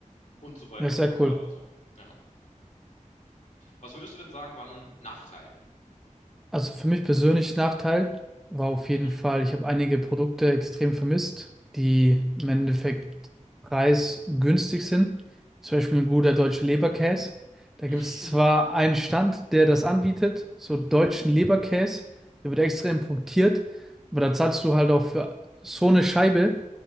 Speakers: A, on the left (about 65°); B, in the centre.
A: und so weiter
B: Ja, sehr
A: und so fort.
B: cool.
A: Also, ja. Was würdest du denn sagen, war ein Nachteil?
B: Also für mich persönlich Nachteil war auf
A: Mhm.
B: jeden Fall, ich habe einige Produkte extrem vermisst, die im Endeffekt preisgünstig sind. Zum Beispiel ein guter deutscher Leberkäse.
A: <laughs>
B: Da gibt es zwar einen Stand, der das anbietet, so deutschen Leberkäse, der wird extra importiert, aber da zahlst du halt auch für so eine Scheibe